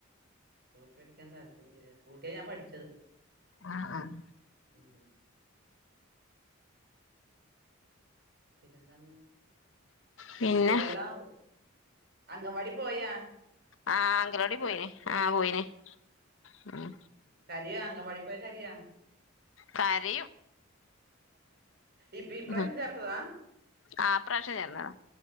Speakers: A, on the right (about 50°); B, on the left (about 70°).
A: സ്കൂട്ടി പടിക്കാൻ താൽപര്യല്ല സ്കൂട്ടിയാ ഞാൻ പഠിച്ചത്
B: ആഹ് ആഹ്
A: ഉം പിന്നെന്താന്ന്
B: പിന്നെ
A: കുട്ടിയളെല്ലാം അംഗൻവാടി പോയ?
B: ആഹ് അങ്കലവാടി പോയിനി ആഹ് പോയിനി ഉം
A: കരിയാോ അങ്കൻവാടി പോയ കരിയാ?
B: കരയും
A: ഇപ്പ ഇപ്രാവിശ്യം
B: ഉം
A: ചേർത്തതാ?
B: ആ ഇപ്രാവശ്യം ചേർന്നതാ